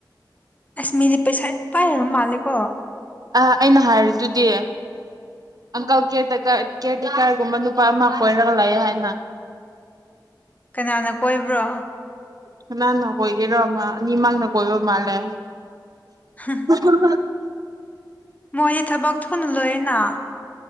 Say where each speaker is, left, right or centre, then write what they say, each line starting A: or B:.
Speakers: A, on the left; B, on the right.
A: ꯑꯁ ꯃꯤꯗꯤ ꯄꯩꯁꯥ ꯌꯥꯝ ꯄꯥꯏꯔꯕ ꯃꯥꯟꯂꯦꯀꯣ
B: ꯑ ꯑꯩꯅ ꯍꯥꯏꯔꯤꯗꯨꯗꯤ ꯑꯪꯀꯜ ꯀꯌꯦꯔ ꯇꯦꯀꯔ ꯀꯌꯦꯔ ꯇꯦꯀꯔ ꯀꯨꯝꯕ ꯅꯨꯄꯥ ꯑꯃ ꯀꯣꯏꯔꯒ ꯂꯩꯥꯑꯦ ꯍꯥꯏꯅ
A: ꯀꯅꯥꯅ ꯀꯣꯏꯕ꯭ꯔꯣ?
B: ꯀꯅꯥꯅ ꯀꯣꯏꯒꯦꯔꯣ ꯃꯥ ꯑꯅꯤꯃꯛꯅ ꯀꯣꯏꯕ ꯃꯥꯜꯂꯦ
A: ꯍꯍꯥ
B: <unintelligible>
A: ꯃꯣꯏꯗꯤ ꯊꯕꯛ ꯊꯨꯅ ꯂꯣꯏꯌꯦꯅ